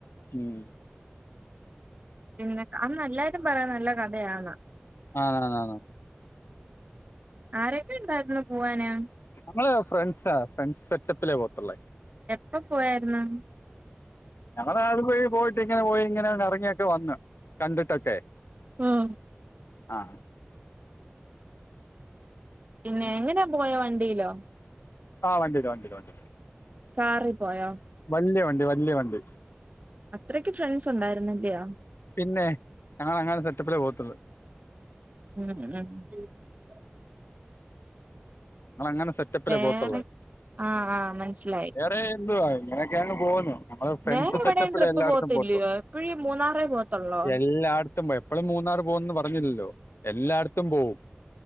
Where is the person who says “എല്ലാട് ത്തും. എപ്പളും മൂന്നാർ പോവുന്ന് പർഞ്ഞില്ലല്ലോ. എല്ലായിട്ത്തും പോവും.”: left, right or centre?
Left